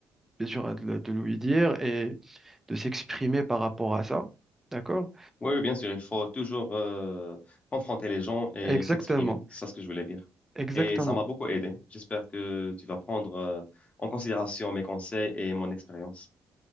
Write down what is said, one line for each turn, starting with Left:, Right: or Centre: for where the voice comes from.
Centre: bien sûr, à de, le- de lui dire et de s'exprimer par rapport à ça. D'accord?
Left: Oui, oui, bien sûr, il faut toujours euh, confronter les gens et
Centre: Exactement.
Left: s'exprimer. C'est ça ce que je voulais dire.
Centre: Exactement.
Left: Et ça m'a beaucoup aidé. J'espère que tu vas prendre euh, en considération mes conseils et mon expérience.